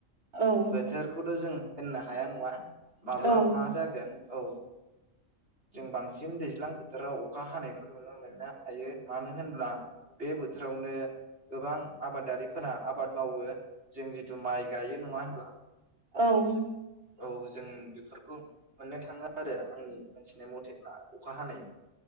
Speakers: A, on the right (about 85°); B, on the right (about 55°).
A: औ
B: बोथोरखौथ' जों होननो हाया नङा माब्ला
A: औ
B: मा जागोन औ जों बांसिन दैल्जां बोथोराव अखा हानायखौ नुनो मोननो हायो मानो होनब्ला बे बोथोरावनो गोबां आबादारिफोरा आबाद मावो जों जिथु माइ गायो नङा होनब्ला
A: औ
B: औ जों बेफोरखौ मोननो थाङो आरो आंनि मोनथिनाय मथेब्ला अखा हानाय